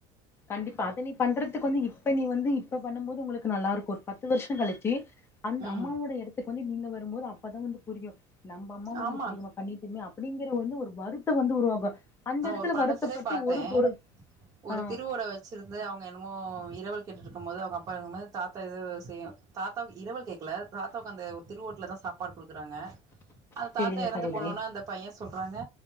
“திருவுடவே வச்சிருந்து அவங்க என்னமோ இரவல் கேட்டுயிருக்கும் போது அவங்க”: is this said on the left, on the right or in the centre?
Right